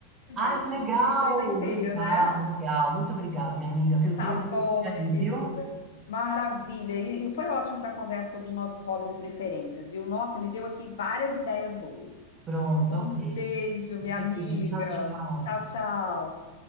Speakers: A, on the left; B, on the right.
A: presente.
B: Ai, que legal!
A: A gente se presenteia,
B: Legal,
A: né?
B: legal. Muito obrigado, minha amiga, viu? Tem
A: Tá
B: um
A: bom,
B: link aí,
A: minha querida.
B: viu?
A: Maravilha. E, e foi ótima essa conversa sobre os nossos hobbies e preferências, viu? Nossa, me deu aqui várias ideias boas.
B: Pronto,
A: Um
B: ok.
A: beijo, minha
B: Beijo,
A: amiga.
B: tchau, tchau.
A: Tchau, tchau.